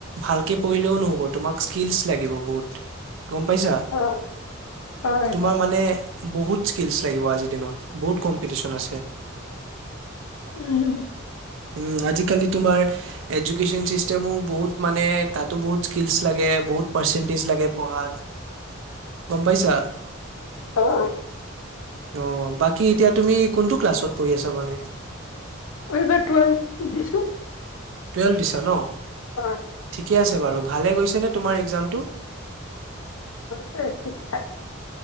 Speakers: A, on the right; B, on the left.
A: ভালকে পঢ়িলেও নহ'ব তোমাক স্কিলছ লাগিব বহুত গম পাইছা?
B: হয় হয়
A: তোমাৰ
B: হয়
A: মানে বহুত, স্কিলছ লাগিব আজিৰ দিনত বহুত কম্পিটিশন আছে
B: উম
A: ওম আজি কালি তোমাৰ এডুকেশ্বন চিষ্টেমো বহুত মানে তাতো বহুত স্কিলছ লাগে, বহুত পাৰ্চেন্তেজ লাগে পঢ়া ত গম পাইছা?
B: হয়
A: অ বাকী এতিয়া তুমি কোনটো ক্লাছত পঢ়ি আছা মানে?
B: এইবাৰ টোৱেল দিছো
A: টুৱেলভ দিছা ন
B: হয়
A: ঠিকে আছে বাৰু ভালে গৈছেনে তোমাৰ এক্সাম টো
B: হৈছে, ঠিক ঠাক ।